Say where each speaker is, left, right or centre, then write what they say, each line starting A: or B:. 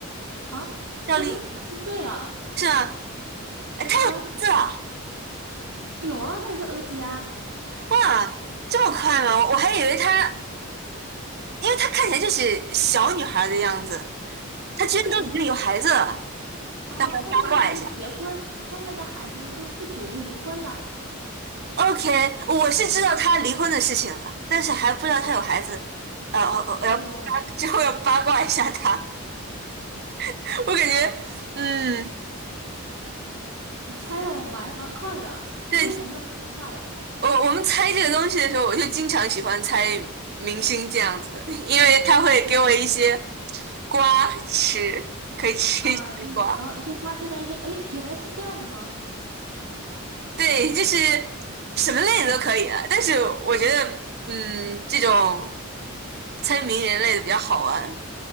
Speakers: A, on the right; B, on the right.
A: 啊，
B: 赵丽颖。
A: <laughs>
B: 吗？
A: 猜对了
B: 是吗？哎，她有名字了！
A: 啊，有啊，她有一个儿子呀、
B: 哇，这么快吗？我我还以为她，因为她看起来就是小女孩的样子，她居然都已经有孩子了，
A: 他之前就是啊、
B: 来八卦一下。
A: 他之前就是结婚生了一个孩子，就不久就离婚了。
B: OK，我是知道她离婚的事情了，但是还不知道她有孩子。呃，我我要八之后要八卦一下她。
A: 我
B: <laughs> 我感觉，嗯，
A: 你猜的我蛮蛮快的，
B: 对，
A: 比我想象中的快
B: 我我们猜这个东西的时候，我就经常喜欢猜明星这样子，因为他会给我一些瓜吃，可以吃一些瓜。
A: 啊、就然后、就发现了一些，诶，原来是这样的吗？
B: 对，就是什么类的都可以了，但是我觉得，嗯，这种猜名人类的比较好玩，